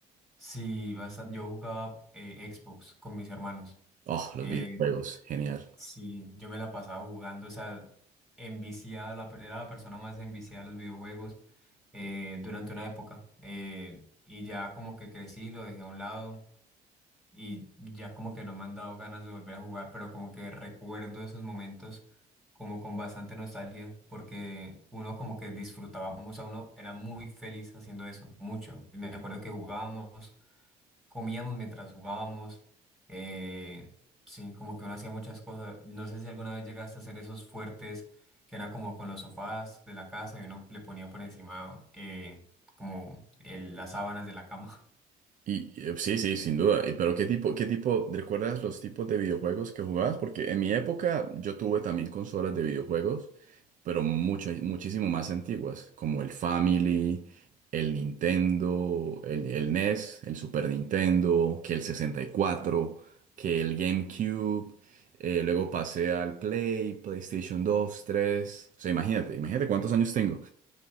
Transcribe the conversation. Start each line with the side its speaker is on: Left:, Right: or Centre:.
Centre: Sí, basta- yo jugaba eh, Xbox con mis hermanos.
Right: Oh, los
Centre: Eh,
Right: videojuegos, genial.
Centre: Sí, yo me la pasaba jugando, o sea, enviciado, la, per- era la persona más enviciada de los videojuegos eh, durante una época. eh, y ya como que crecí, lo dejé a un lado y ya como que no me han dado ganas de volver a jugar, pero como que recuerdo esos momentos como con bastante nostalgia, porque uno como que disfrutaba, mu- o sea, uno era muy feliz haciendo eso, mucho. Me acuerdo que jugábamos comíamos mientras jugábamos. eh, sí, como que uno hacía muchas cosas. No sé si alguna vez llegaste a hacer esos fuertes que eran como con los sofás de la casa y uno le ponía por encima eh, como el- las sábanas de la cama. <laughs>
Right: Y, y, sí, sí, sin duda. Y, pero ¿qué tipo, qué tipo, recuerdas los tipos de videojuegos que jugabas? Porque en mi época yo tuve también consolas de videojuegos, pero mucho, muchísimo más antiguas, como el Family, el Nintendo, el, el NES, el Super Nintendo, que el 64, que el GameCube. eh, luego pasé al Play, PlayStation 2 tres O sea, imagínate, imagínate cuántos años tengo.